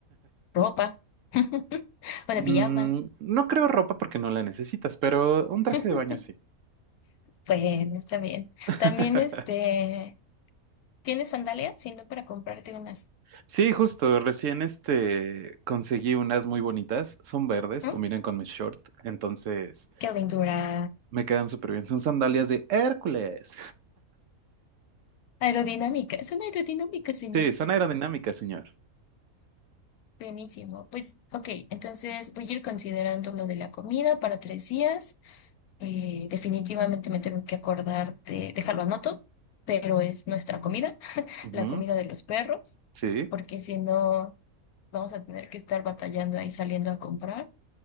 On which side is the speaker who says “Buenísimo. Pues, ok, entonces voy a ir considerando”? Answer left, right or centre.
Left